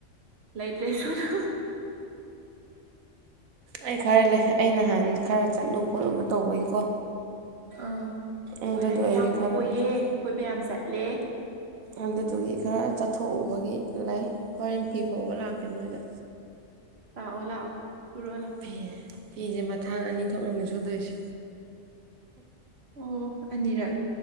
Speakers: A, on the right; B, on the right.
A: ꯂꯩꯇ꯭ꯔꯦ ꯁꯨꯅꯨ꯫
B: ꯑꯩ ꯈꯔ ꯂꯩ ꯑꯩ ꯅꯍꯥꯟ ꯈꯔ ꯆꯠꯂꯨ ꯈꯣꯠꯂꯨꯕ ꯇꯧꯕꯒꯤꯀꯣ꯫
A: ꯑꯥ
B: ꯑꯗꯨꯗꯨꯒꯤ
A: ꯍꯣꯏ ꯅꯪꯗꯤ ꯌꯥꯝ ꯀꯣꯏꯌꯦ
B: ꯈꯔ
A: ꯀꯣꯏꯕ ꯌꯥꯝ ꯆꯠꯂꯦ꯫
B: ꯑꯗꯨꯗꯨꯒꯤ ꯈꯔ ꯆꯠꯊꯣꯛꯎꯕꯒꯤ ꯂꯩ ꯍꯣꯔꯦꯟ ꯐꯤ ꯐꯥꯎꯕ ꯂꯥꯛꯀꯦ ꯅꯣꯏꯗ꯫
A: ꯂꯥꯛꯑꯣ ꯂꯥꯛꯑꯣ ꯄꯨꯔꯣ ꯂꯥꯑꯣ꯫
B: ꯐꯦ ꯐꯤꯁꯦ ꯃꯊꯥꯡ ꯑꯅꯤ ꯊꯣꯛꯅꯅꯦ ꯁꯨꯗꯣꯏꯁꯦ꯫
A: ꯑꯣ ꯑꯅꯤꯔꯛ꯫